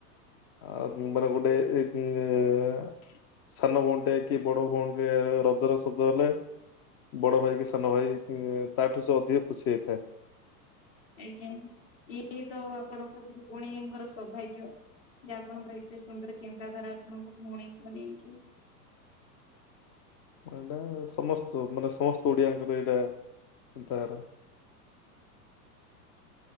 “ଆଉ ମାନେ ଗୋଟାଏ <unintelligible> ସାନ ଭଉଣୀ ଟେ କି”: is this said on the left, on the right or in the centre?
Left